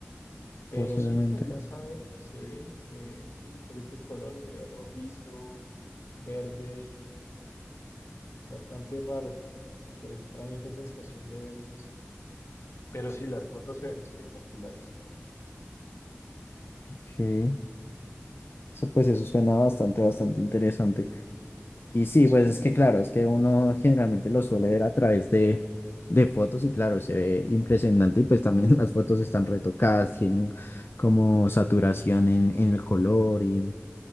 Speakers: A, on the left; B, on the left.
A: pero
B: posiblemente.
A: sí se alcanza a ver, se ve, se ve de diferentes colores, se ve rojizo, verde, bastante raro. Súper extraño esa sensación de ver eso así. Pero sí, las fotos se ven espectaculares.
B: Ok. Eso pues eso suena bastante, bastante interesante. Y sí,
A: Sí,
B: pues es que claro, es que uno generalmente lo suele ver a través de, de fotos y claro, se ve impresionante y pues también <laughs> las fotos están retocadas, tienen como saturación en, en el color y